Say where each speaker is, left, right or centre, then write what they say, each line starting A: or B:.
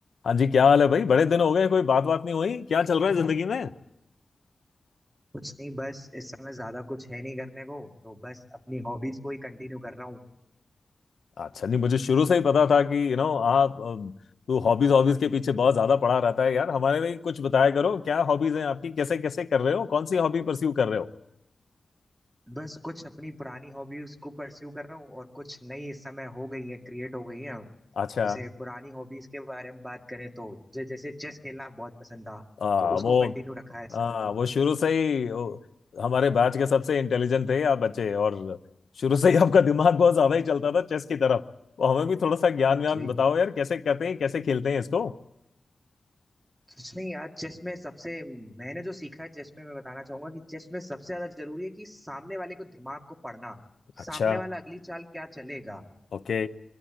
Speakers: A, on the left; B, on the right.
A: हाँ जी क्या हाल है भाई बड़े दिन हो गए कोई बात बात नहीं हुई क्या चल रहा है जिंदगी में
B: कुछ नहीं बस इस समय ज्यादा कुछ है नहीं करने को तो बस अपनी हॉबीज को ही कंटिन्यू कर रहा हूँ
A: अच्छा नहीं मुझे शुरू से ही पता था कि यू नो आप अम, तू हॉबीज हॉबीज के पीछे बहुत ज्यादा पड़ा रहता है यार हमारे लिए कुछ बताया करो क्या हॉबीज हैं आपकी कैसे कैसे कर रहे हो कौन सी हॉबी परस्यू कर रहे हो
B: बस कुछ अपनी पुरानी हॉबीज को परस्यू कर रहा हूँ और कुछ नई इस समय हो गई है क्रिएट हो गई है
A: अच्छा
B: जैसे पुरानी हॉबीज के बारे में बात करें तो जे- जैसे चेस खेलना बहुत पसंद था
A: आ,
B: तो उसको
A: वो
B: कंटिन्यू रखा है इस
A: आ,
B: समय तो
A: वो शुरू से ही ओ, हमारे बैच के सबसे इंटेलिजेंट थे आप बच्चे और शुरू से ही आपका दिमाग बहुत ज्यादा ही चलता था चेस की तरफ तो हमें भी थोड़ा सा ज्ञान व्यान
B: जी
A: बताओ यार कैसे करते हैं कैसे खेलते हैं इसको
B: कुछ नहीं यार चेस में सबसे मैंने जो सीखा है चेस में मैं बताना चाहूंगा कि चेस में सबसे ज्यादा जरूरी है कि सामने वाले को दिमाग को पढ़ना
A: अच्छा
B: सामने वाला अगली चाल क्या चलेगा
A: ओके